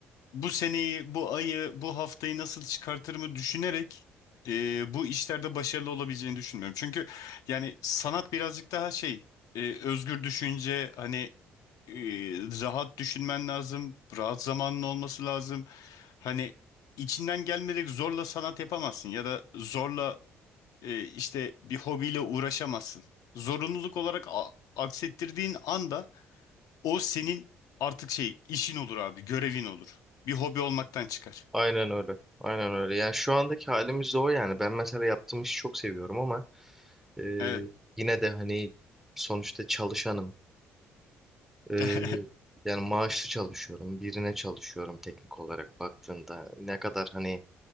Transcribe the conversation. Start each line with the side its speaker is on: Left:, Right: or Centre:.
Left: bu seneyi, bu ayı, bu haftayı nasıl çıkartırımı düşünerek e, bu işlerde başarılı olabileceğini düşünmüyorum. Çünkü yani sanat birazcık daha şey, e, özgür düşünce, hani e, rahat düşünmen lazım. Rahat zamanın olması lazım. Hani içinden gelmeyerek zorla sanat yapamazsın ya da zorla e, işte bir hobiyle uğraşamazsın. Zorunluluk olarak a- aksettirdiğin anda o senin artık şey işin olur abi, görevin olur. Bir hobi olmaktan çıkar.
Centre: Aynen öyle. Aynen öyle. Yani şu andaki halimiz de o yani. Ben mesela yaptığım işi çok seviyorum ama e,
Left: Evet.
Centre: yine de hani sonuçta çalışanım. E,
Left: <laughs>
Centre: yani maaşlı çalışıyorum. Birine çalışıyorum teknik olarak baktığında. Ne kadar hani